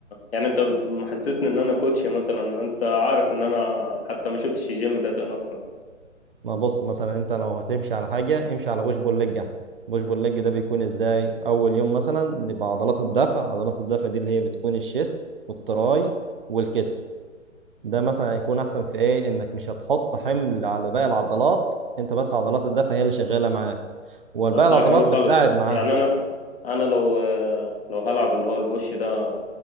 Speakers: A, on the left; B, on the right.
A: يعني انت محسسني ان انا كوتش مثلا انت عارف ان انا حتى ما شفتش الجيم ده فين اصلا
B: ما بص مثلا انت لو هتمشي على حاجه امشي على بوش بول ليج احسن بوش بول ليج ده بيكون ازاي اول يوم مثلا نبقى عضلات الدفع عضلات الدفع دي اللي هي بتكون الشيست والتراي والكتف ده مثلا هيكون احسن في ايه انك مش هتحط حمل على باقي العضلات انت بس عضلات الدفع هي اللي شغاله معاك وباقي
A: طب
B: العضلات
A: ده حلو
B: بتساعد
A: خالص
B: معاها
A: يعني انا انا لو لو هلعب اللي هو البوش ده